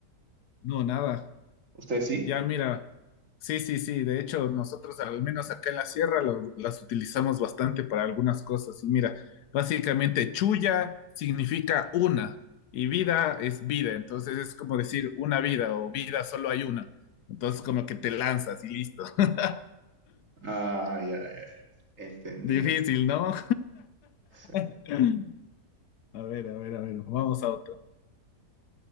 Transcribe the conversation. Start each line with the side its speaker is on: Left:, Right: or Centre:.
Left: No, nada.
Right: ¿Usted sí?
Left: Ya, mira, sí, sí, sí, de hecho nosotros al menos acá en la sierra lo- las utilizamos bastante para algunas cosas y mira, básicamente chulla significa una y vida es vida, entonces es como decir una vida o vida solo hay una, entonces como que te lanzas y listo. <laughs>
Right: Ah, ya, ya, ya. Entendido.
Left: Difícil, ¿no?
Right: Sí.
Left: <laughs> A ver, a ver, a ver, vamos a otro.